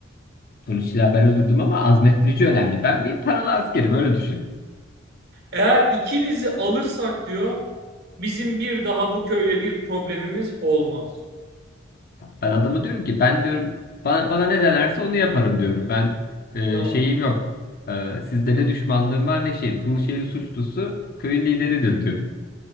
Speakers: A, on the left; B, on the right.
A: Sonuçta ben öldürdüm ama azmettirici önemli. Ben bir paralı askerim öyle düşün.
B: Eğer ikinizi alırsak diyor bizim bir daha bu köyle bir problemimiz olmaz.
A: Ben adama diyorum ki ben diyorum bana, bana ne denerse onu yaparım diyorum. Ben e,
B: Tamam.
A: şeyim yok. E, sizde ne düşmanlığım var ne şeyim. Bu şeyin suçlusu köyün lideridir diyorum.